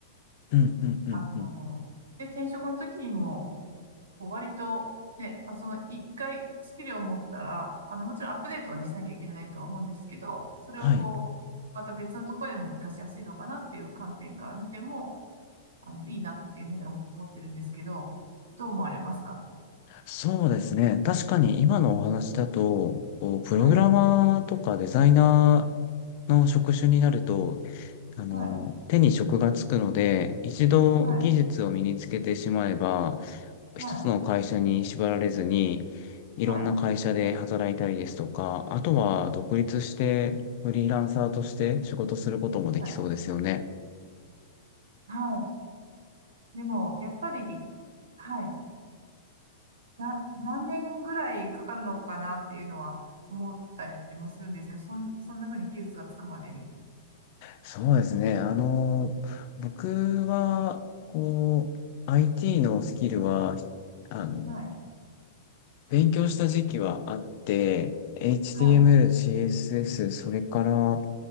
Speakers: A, on the left; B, on the right.
A: うん、うん、うん、
B: あの、
A: うん。
B: で、転職の時にも、こう割と、ね、まあその一回スキルを持ったら、あの、もちろんアップデートはね、しなきゃいけないとは思うんですけど、それをこう、
A: はい。
B: また別のところでも活かしやすいのかなっていう観点から見ても、あの、いいなっていうふうに思ってるんですけど、どう思われますか
A: そうですね。確かに今のお話だと、こうプログラマーとかデザイナ
B: はい、
A: ーの職種になると、あの、
B: はい、
A: 手に職がつくので、一度技術を身につけてしまえば、
B: はい、はい、
A: 一つの会社に縛られずに、いろんな会社で働いたりですとか、
B: はい、
A: あとは独立して、フリーランサーとして仕事することもできそうですよね。
B: はい。はいでも、やっぱり、はい、な、何年ぐらいかかるのかなっていうのは思ったりもするんですけど、そん、そんなふうに技術がつくまでに。
A: そうですね。あの、僕は、こう、IT のスキルは、あの、
B: はい、
A: 勉強した時期はあって、HTML、
B: はい、
A: CSS、それから、